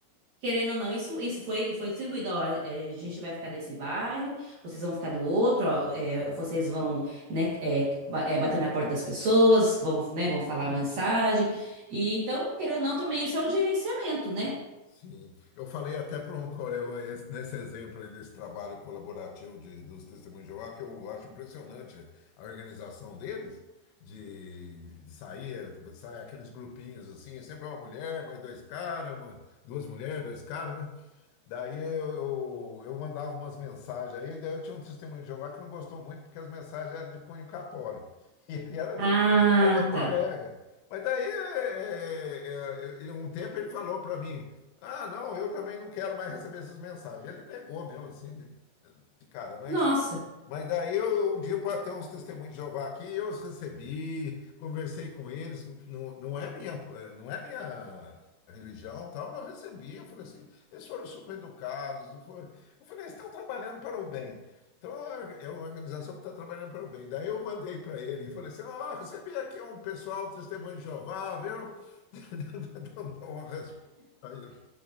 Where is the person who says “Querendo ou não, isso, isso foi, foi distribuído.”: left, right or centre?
Right